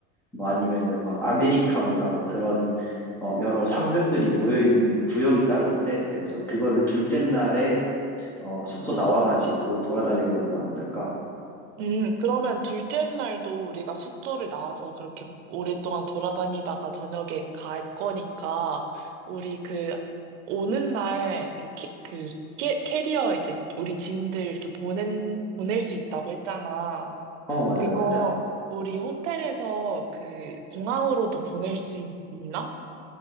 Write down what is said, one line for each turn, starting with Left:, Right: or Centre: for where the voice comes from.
Centre: 뭐 아니면은 막 아메리카노라 막 그런 어, 여러 상점들이 모여 있는 구역이 따로 있대. 그래서 그거를 둘째 날에 어, 숙소 나와가지고 돌아다녀 보는 건 어떨까?
Right: 음, 그러면 둘째 날도 우리가 숙소를 나와서 그렇게 오랫동안 돌아다니다가 저녁에 갈 거니까, 우리 그, 오는 날, 그, 키, 그, 캐, 캐리어 이제 우리 짐들 이렇게 보낸, 보낼 수 있다고 했잖아.
Centre: 어, 맞아,
Right: 그거
Centre: 맞아.
Right: 우리 호텔에서 그 공항으로도 보낼 수 있- 있나?